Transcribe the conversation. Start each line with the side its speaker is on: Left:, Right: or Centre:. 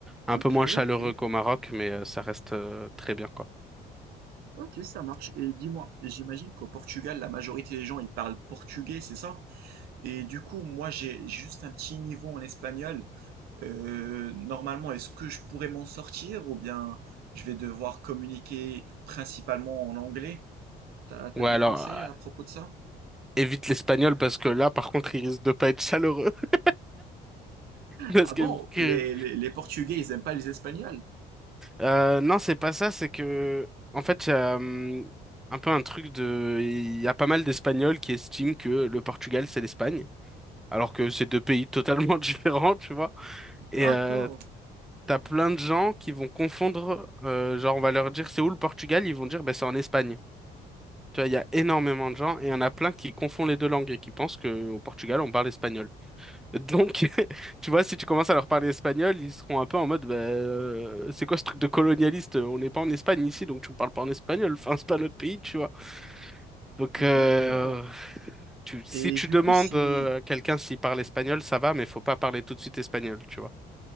Centre: un
Right: Ok,
Centre: peu moins chaleureux
Right: ok.
Centre: qu'au Maroc, mais euh, ça reste euh, très bien, quoi.
Right: Ok, ça marche. Et dis-moi, j'imagine qu'au Portugal, la majorité des gens, ils parlent portugais, c'est ça? Et du coup, moi, j'ai juste un petit niveau en espagnol. Euh, normalement, est-ce que je pourrais m'en sortir ou bien je vais devoir communiquer principalement en anglais? T'as, t'as
Centre: Ouais,
Right: des
Centre: alors,
Right: conseils
Centre: euh,
Right: à propos de ça?
Centre: évite l'espagnol parce que là, par contre, il risque de pas être chaleureux. <laughs> Parce
Right: Ah
Centre: que,
Right: bon,
Centre: que-
Right: les, les- les Portugais, ils aiment pas les Espagnols?
Centre: euh, non, c'est pas ça, c'est que, en fait, il y a hum, un peu un truc de. Il y a pas mal d'Espagnols qui estiment que le Portugal, c'est l'Espagne, alors que c'est deux pays totalement <laughs> différents, tu vois. Et
Right: D'accord.
Centre: euh, t'as plein de gens qui vont confondre, euh, genre on va leur dire c'est où le Portugal, ils vont dire bah, c'est en Espagne. Tu vois, il y a énormément de gens et il y en a plein qui confondent les deux langues et qui pensent qu'au Portugal on parle espagnol. Donc, <laughs> tu vois, si tu commences à leur parler espagnol, ils seront un peu en mode bah, euh, c'est quoi ce truc de colonialiste? On n'est pas en Espagne ici, donc tu me parles pas en espagnol, enfin c'est pas notre pays, tu vois. Donc, euh,
Right: D'accord.
Centre: tu- si
Right: Et
Centre: tu
Right: du
Centre: demandes
Right: coup, si...
Centre: euh, à quelqu'un s'il parle espagnol, ça va, mais faut pas parler tout de suite espagnol, tu vois.